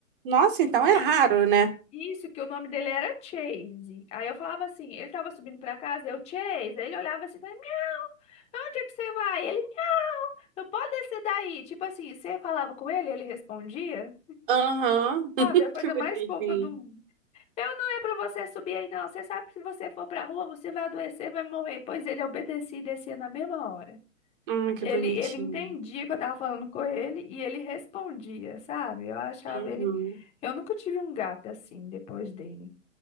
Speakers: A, on the right; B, on the left.
A: Nossa, então
B: Dele-
A: é raro, né?
B: Isso, que o nome dele era Chase. Aí eu falava assim, ele tava subindo pra casa, eu, Chase. Aí ele olhava assim e falava, miau, pra onde é que você vai? Ele, miau, não pode descer daí. Tipo assim, você falava com ele, ele respondia.
A: Aham. <laughs>
B: Sabe, a coisa
A: Que bonitinho.
B: mais fofa do mundo. Eu não é pra você subir aí, não. Você sabe que se você for pra rua, você vai adoecer, vai morrer. Pois ele obedecia e descia na mesma hora.
A: Ah, que
B: Ele,
A: bonitinho.
B: ele entendia que eu tava falando com ele e ele respondia, sabe? Eu achava
A: Uhum.
B: ele. Eu nunca tive um gato assim depois dele.